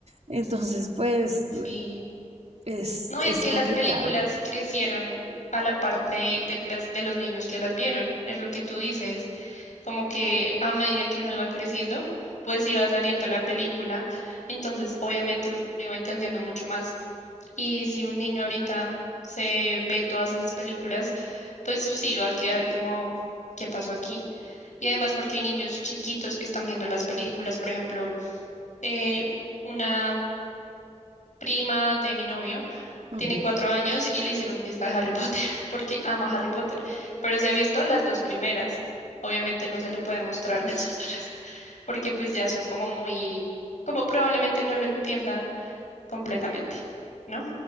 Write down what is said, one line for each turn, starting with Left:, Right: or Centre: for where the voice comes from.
Right: Entonces, pues
Left: sí.
Right: es
Left: No,
Right: es
Left: y es que
Right: complicado.
Left: las películas crecieron a la parte de, de las, de los niños que las vieron, es lo que tú dices, como que a medida que uno iba creciendo, pues iba saliendo la película, entonces obviamente uno iba entendiendo mucho más. Y si un niño ahorita se ve todas esas películas, pues sí, va a quedar como, ¿qué pasó aquí? Y además porque hay niños chiquitos que están viendo las películas, por ejemplo. eh, una prima de mi novio,
Right: Ujú.
Left: tiene cuatro años y le hicieron fiesta de Harry Potter <laughs> porque ama Harry Potter, pero se ha visto las dos primeras. Obviamente no se le puede mostrar <laughs> las otras porque pues ya son como muy, como probablemente no lo entienda completamente, ¿no?